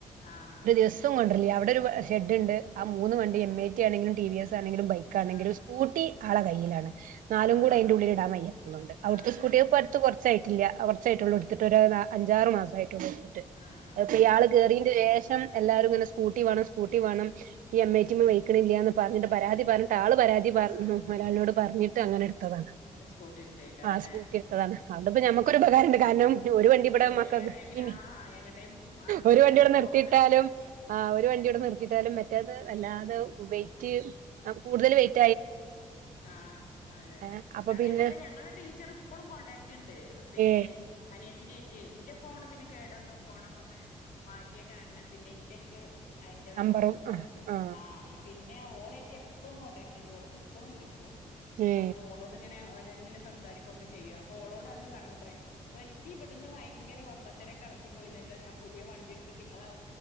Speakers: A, on the left (about 85°); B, on the right (about 85°).
A: ആഹ് അത്
B: ഒരു ദിവസം
A: ശരി
B: കൊണ്ട കൊണ്ടര്ലില്ല അവിടെ ഒരു ഷെഡ്ണ്ട് ആഹ് മൂന്ന് വണ്ടി
A: ആഹ്
B: എം ഐ ടി ആണങ്കിലും ടി വി എസ് ആണെങ്കിലും ബൈക്കണെങ്കിലും
A: ആഹ്
B: സ്കൂ സ്കൂട്ടി ആളെ കൈയിലാണ്. നാലും
A: ആഹ്
B: കൂടെ അയ്ന്റെ ഉള്ളില് ഇടാൻ വയ്യാത്തതോണ്ട് അവടുത്തെ
A: ആഹ് അതന്നെ
B: സ്കൂട്ടിപ്പോ
A: അതന്നെ
B: അടുത്ത് കുറച്ചായിട്ടില്ല കുറച്ചായിട്ടൊള്ളു
A: ആഹ്
B: ഇട്ത്ത് ഇപ്പൊരു അഞ്ചാറ് മാസമായിട്ടള്ളൂ എടുത്തിട്ട്
A: ആഹ് ആഹ്
B: അത്പ്പഇയാള് കേറീന്റെ ശേഷം എല്ലാരും ഇങ്ങനെ സ്കൂട്ടി വേണം സ്കൂട്ടി വേണം ഈ എമ്മേറ്റിമ്മെ
A: ഉം
B: വെയ്ക്ക്ണ് വെയ്ക്ക്ണില്യാന്ന് പറ്ഞ്ഞിട്ട് പരാതി പറ്ഞ്ഞിട്ട് ആള് പരാതി പറഞ് മൊയ്ലാളിനോട് പറഞ്ഞിട്ട് അങ്ങനെ ഇട്ത്തതാണ്
A: സ്കൂട്ടി എടുത്തേക്കാരല്ലേ
B: ആഹ് സ്കൂട്ടി ഇട്ത്തതാണ് അഓണ്ട്പ്പൊ ഞമ്മക്കൊരു
A: ഉം
B: ഉപകാരംണ്ട് കാരണം ഒരു വണ്ടി ഇവിടെ
A: എവിട്ക്ക്
B: മക്കക്ക്.
A: എങ്ങട്ടെങ്കിലും
B: പിന്നെ
A: ആ എങ്ങട്ടേം അർജന്റിലൊക്കെ
B: ഒരു വണ്ടിഅവ്ടെ നിർത്തിയിട്ടാലും.
A: പോവാനൊക്കെ
B: ആഹ് ഒരു വണ്ടി അവ്ടെ നിർത്തിട്ടാലും മറ്റെത് വല്ലാതെ വെയിറ്റ് കൂടുതൽ വയിറ്റ്.
A: ആഹ് അതന്നെ
B: ഏ അപ്പൊ
A: അതേപോലെ
B: പിന്നെ
A: ഞങ്ങളുടെ ടീച്ചർ ഇപ്പഴും കോണ്ടാക്റ്റ്ണ്ട്. പിന്നെ
B: ഏ
A: അനിയത്തിനേറ്റ് ഇന്റെ ഫോണ് പിന്നെ കേടന്നു ഫോണൊക്കെ ഒന്ന്. മാറ്റിയ കാരണം പിന്നെ ഇന്റെട്ത്ത്. അയ്ന്റെ നമ്പറൊന്നുല്ല
B: നമ്പറും ആ ആ
A: ആഹ് പിന്നെ ഓളെ അയ്റ്റ് എപ്പളും കോണ്ടാക്റ്റ്ണ്ട് ഓൾ. ഓൾക്ക് ഇപ്പളും വിളിക്കും
B: ഏ
A: അപ്പൊ ഓളോട്ട് ഇങ്ങനെങ്ങനെ സംസാരിക്കൊക്കെ ഒക്കെ ചെയും അപ്പൊ ഓളോടന്ന് പറഞ്ഞത്രേ ഒരിത്തി ഇവ്ട്ന്ന് ഭയങ്കര വമ്പത്തരക്കളക്കി പോയ്നല്ലോ ഞാൻ പുതിയ വണ്ടിട്ത്തിട്ട്ങ്ങളെ